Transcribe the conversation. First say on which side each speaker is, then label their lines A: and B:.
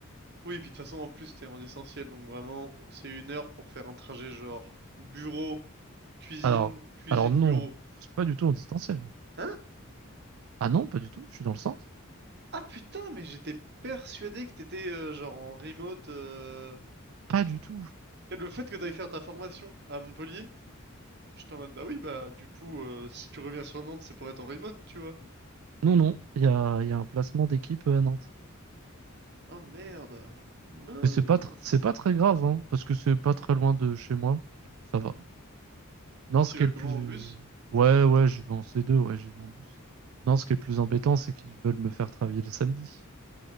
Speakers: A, on the right; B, on the right.
A: Oui, puis de toute façon en plus t'es en essentiel, donc vraiment c'est une heure pour faire un trajet genre bureau, cuisine,
B: Alors,
A: cuisine,
B: alors non,
A: bureau.
B: je suis pas du tout en distanciel.
A: hein?
B: Ah non, pas du tout. Je suis dans le centre.
A: Ah putain, mais j'étais persuadé que t'étais euh, genre en remote. euh,
B: Pas du tout.
A: et Le fait que t'ailles faire ta formation à Montpellier, j'étais en mode bah oui, bah du coup, euh, si tu reviens sur Nantes, c'est pour être en remote, tu vois.
B: Non, non. Il y a, il y a un placement d'équipe euh, à Nantes.
A: Oh merde, mince.
B: Mais c'est pas, tr- c'est pas très grave, hein, parce que c'est pas très loin de chez moi. Ça va. Non, ce
A: Tu
B: qui
A: vas
B: est le
A: comment
B: plus,
A: en bus?
B: ouais, ouais, j'y vais en C2, ouais, j'y vais en bus. Non, ce qui est le plus embêtant, c'est qu'ils veulent me faire travailler les samedis.